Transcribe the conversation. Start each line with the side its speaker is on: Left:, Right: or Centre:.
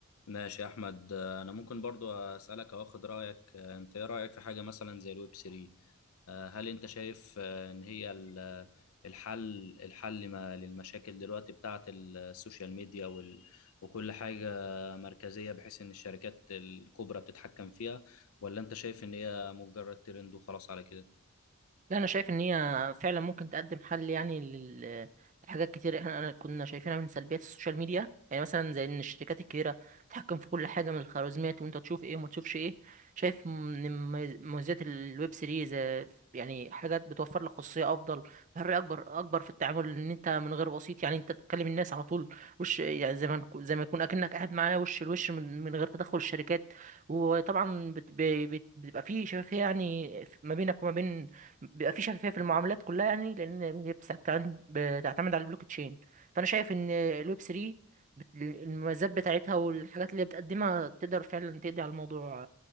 Left: ماشي يا احمد آه، انا ممكن برضو اسالك او اخد رايك آه، انت ايه رايك في حاجه مثلا زي الويب 3 آه، هل انت شايف آه، ان هي ال- الحل الحل ما للمشاكل دلوقتي بتاعه السوشيال ميديا وال وكل حاجه مركزيه بحيث ان الشركات الكبرى بتتحكم فيها ولا انت شايف ان هي مجرد ترند وخلاص على كده
Right: لا انا شايف ان هي فعلا ممكن تقدم حل يعني لل- لحاجات كتير احنا أنا كنا شايفينها من سلبيات السوشيال ميديا يعني مثلا زي ان الشركات الكبيره تتحكم في كل حاجه من الخوارزميات وانت تشوف ايه وما تشوفش ايه شايف من مميز- مميزات الويب سيريز آه، يعني حاجات بتوفر لك خصوصيه افضل حريه اكبر اكبر في التعامل ان انت من غير وسيط يعني انت تتكلم الناس على طول وش يعني زي ما نكو- زي ما يكون اكنك قاعد معاه وش لوش من من غير تدخل الشركات وطبعا بت- بي- بت- بتبقى في شفافية يعني ما بينك وما بين بيبقى في شفافية في المعاملات كلها يعني لأن هي بتعتمد بتعتمد على البلوك تشين فأنا شايف إن الويب 3 بت- المميزات بتاعتها والحاجات اللي هي بتقدمها تقدر فعلا تقضي على الموضوع